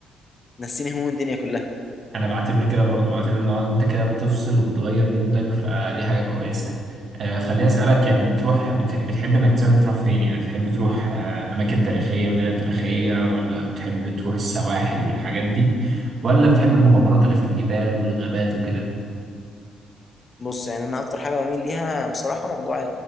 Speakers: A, on the left (about 35°); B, on the right (about 50°).
A: تنسيني هموم الدنيا كلها
B: انا بعتبر كده برضو بعتبر ان هو انت كده بتفصل وبتغير مودك فدي حاجة كويسة آه خليني اسألك يعني بتروح بتح- بتحب انك تسافر تروح فين يعني تحب تروح آه اماكن تاريخية مدينة تاريخية ولا بتحب تروح السواحل والحاجات دي ولا بتحب المغامرات اللي في الجبال والغابات وكده
A: بص يعني انا اكتر حاجه بميل ليها بصراحه موضوع